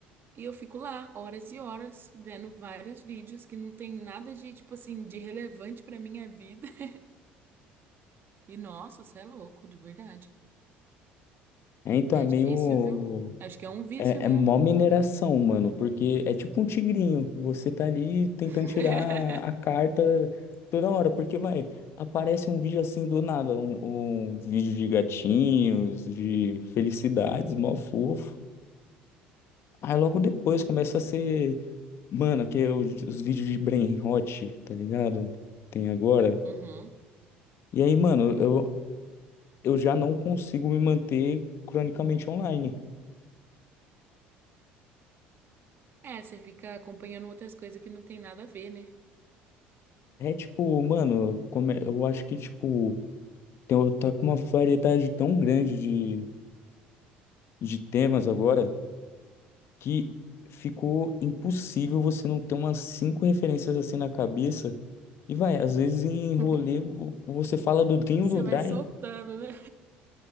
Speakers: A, on the right (about 45°); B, on the left (about 55°).
A: E eu fico lá horas e horas vendo vários vídeos que não tem nada de, tipo assim, de relevante pra minha vida. <laughs> E nossa, você é louco, de verdade.
B: É, então
A: É
B: é meio.
A: difícil, viu? Acho que é um vício
B: É,
A: mesmo.
B: é mó mineração, mano, porque é tipo um tigrinho. Você tá ali tentando
A: <laughs>
B: tirar a carta toda hora, porque vai, aparece um vídeo assim do nada, um, um vídeo de gatinhos, de felicidades, mó fofo. Aí logo depois começa a ser, mano, aqui é os, os vídeos de Brain Rot, tá ligado? Tem agora.
A: Uhum.
B: E aí, mano, eu, eu já não consigo me manter cronicamente online.
A: É, você fica acompanhando outras coisas que não tem nada a ver, né?
B: É tipo, mano, como é- eu acho que, tipo, tem, tá com uma variedade tão grande de, de temas agora que ficou impossível você não ter umas cinco referências assim na cabeça. E vai, às vezes em rolê
A: <laughs>
B: vo- você fala do Dinho
A: Você
B: do Dry
A: vai soltando, né?